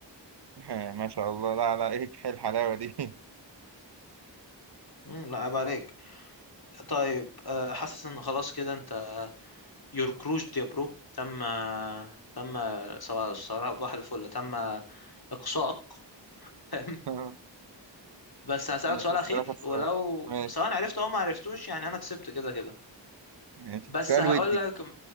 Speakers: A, on the right; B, on the left.
A: <laughs> ما شاء الله لا لا ايه إيه الحلاوه دي
B: مم، لا عيب عليك طيب آه، حاسس ان خلاص كده انت يور كروج يا برو تم تم سواء سواء بحر الفل تم اقصائك <laughs>
A: <laughs>
B: بس هسألك
A: ماشي
B: سؤال
A: اسال
B: أخير
A: اخر
B: ولو
A: سؤال ماشي
B: سواء عرفت أو ما عرفتوش يعني أنا كسبت كده كده
A: ماشي
B: بس
A: سؤال
B: هقول
A: ودي
B: لك